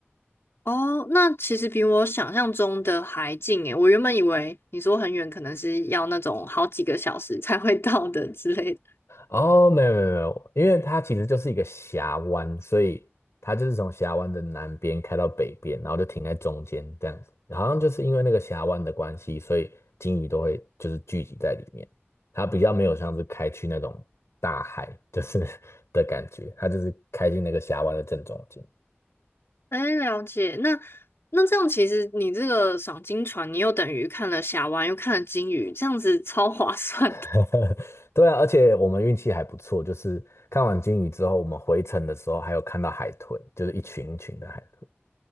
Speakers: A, on the left; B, on the left.
A: 哦，那其实比我想象中的还近诶，我原本以为你说很远，可能是要那种好几个小时才会到的之类的。
B: 哦，没有没有没有，因为它其实就是一个峡湾，所以它就是从峡湾的南边开到北边，然后就停在中间这样子。好像就是因为那个峡湾的关系，所以鲸鱼都会就是聚集在里面。它比较没有像是开去那种大海，就是 <laughs> 的感觉，它就是开进那个峡湾的正中间。
A: 哎，了解。那那这样其实你这个赏金船，你又等于看了峡湾，又看了鲸鱼，这样子超划算的。
B: <laughs> 对啊，而且我们运气还不错，就是看完鲸鱼之后，我们回程的时候还有看到海豚，就是一群一群的海豚。